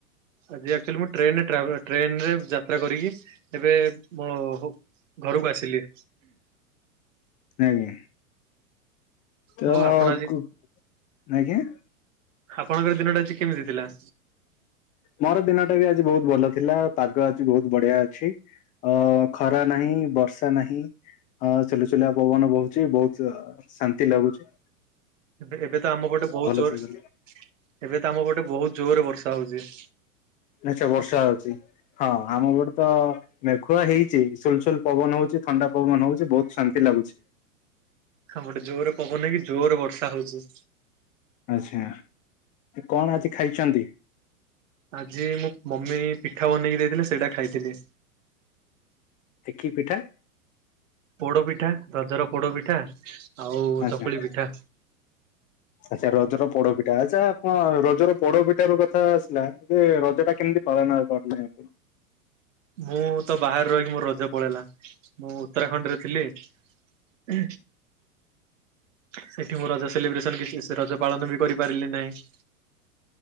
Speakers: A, on the right (about 60°); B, on the left (about 20°).
A: ଆଜି ଆକଚୁଆଲି ମୁଁ ଟ୍ରେନ ରେ ଟ୍ରାଭେ ଟ୍ରେନରେ ଯାତ୍ରା କରିକି ଏବେ ମୋ ଘରକୁ ଆସିଲି।
B: ଆଜ୍ଞା। ତ
A: ହଉ
B: ଆଜ୍ଞା?
A: ଆପଣ ଆଜି ଆପଣଙ୍କର ଦିନଟା ଆଜି କେମିତି ଥିଲା?
B: ମୋର ଦିନ ଟା ବି ଆଜି ବହୁତ୍ ଭଲ ଥିଲା। ପାଗ ଆଜି ବହୁତ୍ ବଢିଆ ଅଛି। ଅ ଖରା ନାହିଁ ବର୍ଷା ନାହିଁ। ହଁ ସୁଲୁ ସୁଲିଆ ପବନ ବହୁଚି, ବହୁତ ଶାନ୍ତି ଲାଗୁଚି।
A: ଏବେ ଏବେ ତ ଆମପଟେ ବହୁତ୍ ଜୋରେ
B: ଚାଲିଛି।
A: ଏବେ ତ ଆମ ପଟେ ବହୁତ୍ ଜୋରେ ବର୍ଷା ହଉଚି।
B: ନା ସେ ବର୍ଷା ହଉଚି। ହଁ ଆମ ପଟେ ତ ମେଘୁଆ ହେଇଚି। ସୁଲ୍ ସୁଲ୍ ପବନ ହଉଚି ଥଣ୍ଡା ପବନ ହଉଚି ବହୁତ୍ ଶାନ୍ତି ଲାଗୁଚି।
A: ଆମପଟେ ଜୋରେ ପବନ ହେଇକି ଜୋରେ ବର୍ଷା ହଉଚି।
B: ଆଚ୍ଛା। କଣ ଆଜି ଖାଇଛନ୍ତି?
A: ଆଜି ମୁଁ ମମି ପିଠା ବନେଇକି ଦେଇଥିଲେ ସେଇଟା ଖାଇଥିଲି।
B: କି ପିଠା?
A: ପୋଡପିଠା। ରଜର ପୋଡପିଠା ଆଉ
B: ଆଚ୍ଛା
A: ଚକୁଳି ପିଠା।
B: ଆଚ୍ଛା ରଜର ପୋଡପିଠା। ଆଚ୍ଛା ଆପଣ ରଜର ପୋଡପିଠା ରୁ କଥା ଆସିଲା, ଯେ ରଜଟା କେମିତି ପାଳନ କରିଲେ। <unintelligible>
A: ମୁଁ ତ ବାହାରେ ରହିକି ମୋର ରଜ ପଳେଇଲା। ମୁଁ ଉତ୍ତରାଖଣ୍ଡ ରେ ଥିଲି। ହ ସେଠି ମୁଁ ରଜ ସେଲିବ୍ରେସନ କିଛି ରଜ ପାଳନ ବି କରିପାରିଲି ନାହିଁ